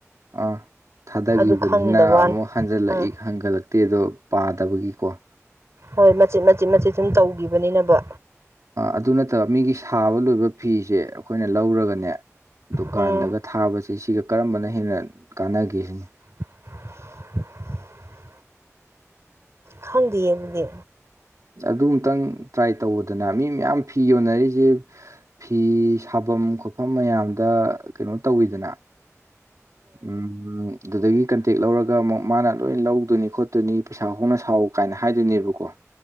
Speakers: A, on the right; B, on the right.
A: ꯑꯥ ꯊꯥꯗꯈꯤꯕꯅꯤꯅ
B: ꯑꯗꯨ ꯈꯪꯗꯕ
A: ꯑꯃꯨꯛ
B: ꯋꯥꯅꯤ
A: ꯍꯟꯖꯜꯂꯛꯏ
B: ꯑꯥ
A: ꯍꯟꯒꯠꯂꯛꯇꯦ ꯑꯗꯣ ꯄꯥꯗꯕꯒꯤꯀꯣ
B: ꯍꯣꯏ ꯃꯆꯤꯠ ꯃꯆꯤꯠ ꯃꯆꯤꯠ ꯁꯨꯝ ꯇꯧꯈꯤꯕꯅꯤꯅꯕ
A: ꯑꯗꯨ ꯅꯠꯇꯕ ꯃꯤꯒꯤ ꯁꯥꯕ ꯂꯣꯏꯕ ꯐꯤꯁꯦ ꯑꯩꯈꯣꯏꯅ ꯂꯧꯔꯒꯅꯦ ꯗꯨꯀꯥꯟꯗꯒ
B: ꯎꯝ
A: ꯊꯥꯕꯁꯦ ꯁꯤꯒ ꯀꯔꯝꯕꯅ ꯍꯦꯟꯅ ꯀꯥꯟꯅꯒꯦ ꯁꯤꯅꯤ
B: <inaudible> ꯈꯪꯗꯦꯑ ꯑꯗꯨꯗꯤ
A: ꯑꯗꯨꯃꯛꯇꯪ ꯇ꯭ꯔꯥꯏ ꯇꯧꯕꯗꯅ ꯃꯤ ꯃꯌꯥꯝ ꯐꯤ ꯌꯣꯟꯅꯔꯤꯁꯦ ꯐꯤ ꯁꯥꯐꯝ ꯈꯣꯠꯐꯝ ꯃꯌꯥꯝꯗ ꯀꯩꯅꯣ ꯇꯧꯋꯤꯗꯅ ꯎꯝ ꯑꯗꯨꯗꯒꯤ ꯀꯟꯇꯦꯛ ꯂꯧꯔꯒ ꯑꯃꯨꯛ ꯃꯥꯅ ꯂꯣꯏꯅ ꯂꯧꯗꯣꯏꯅꯤ ꯈꯣꯠꯇꯣꯏꯅꯤ ꯄꯩꯁꯥ ꯍꯣꯡꯅ ꯁꯥꯎ ꯀꯥꯏꯅ ꯍꯥꯏꯗꯣꯏꯅꯦꯕꯀꯣ